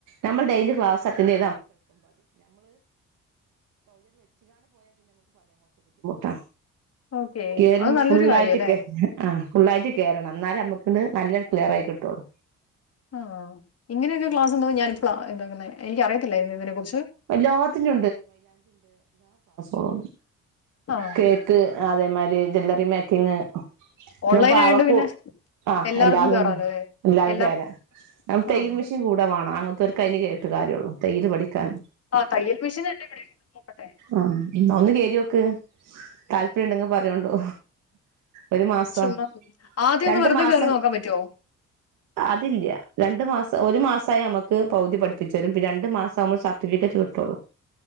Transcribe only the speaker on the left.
ഓക്കേ
അത് നല്ലൊരു
കാര്യല്ലേ
ആഹ് ഇങ്ങനെയൊക്കെ ക്ലാസ് ഉണ്ടെന്ന് ഞാനിപ്പഴ കേൾക്കുന്നേ എനിക്ക് അറിയത്തില്ലായിരുന്നു ഇതിനെ കുറിച്ച്
ആഹ്
ഓൺലൈൻ
ആയോണ്ട് പിന്നെ
എല്ലാർക്കും
കേറാലോ അല്ലെ
എല്ലാർക്കും
ആഹ്
ആഹ് തയ്യൽ മെഷീൻ എന്റെ ഇവിടെ ഉണ്ട് നോക്കട്ടെ
ചുമ്മാ ആദ്യം
ഒന്ന് വെറുതെ
കേറി നോക്കാൻ പറ്റുവോ